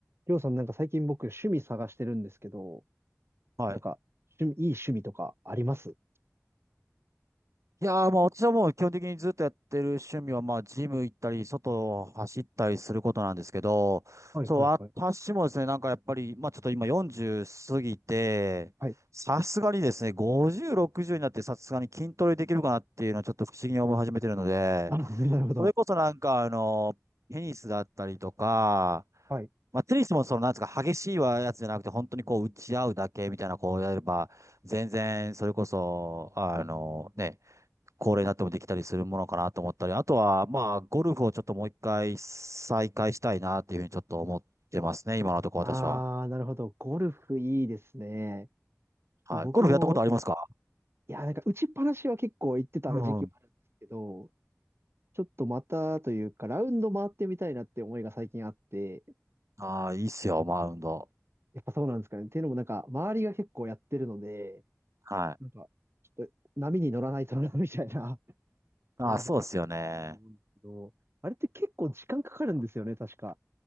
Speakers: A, on the right; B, on the right.
A: りょうさんなんか最近僕趣味探してるんですけど、
B: はい。
A: なんか趣味、いい趣味とかあります
B: いやー、まあ私はもう基本的にずっとやってる趣味は、まあジム行ったり、外を走ったりすることなんですけど、
A: はいはいはい。
B: そう、私もですね、なんかやっぱり、まあちょっと今40過ぎて、
A: はい。
B: さすがにですね、50、60になってさすがに筋トレできるかなっていうのはちょっと不思議に思い始めてるので、
A: あ、<laughs> なるほど。
B: それこそなんかあの、テニスだったりとか、
A: はい。
B: まあテニスもそのなんですか、激しいやつじゃなくて、本当にこう打ち合うだけみたいなこうやれば、全然、それこそ、あのね、高齢になってもできたりするものかなと思ったり、あとは、まあ、ゴルフをちょっともう一回再開したいなっていうふうにちょっと思ってますね、今のところ私は。
A: あー、なるほど。ゴルフいいですね。ちょっと僕も、
B: はい。ゴルフやったことありますか
A: いや、なんか打ちっぱなしは結構行ってた時期もあるんですけど、
B: うん。
A: ちょっとまたというか、ラウンド回ってみたいなって思いが最近あって、
B: ああ、いいっすよ、マウンド。
A: やっぱそうなんですかね。っていうのもなんか、周りが結構やってるので、
B: はい。
A: なんか、ちょっと波に乗らないとな、みたいな感じで回りたいなと思うんですけど、
B: ああ、そうっすよね。
A: あれって結構時間かかるんですよね、確か。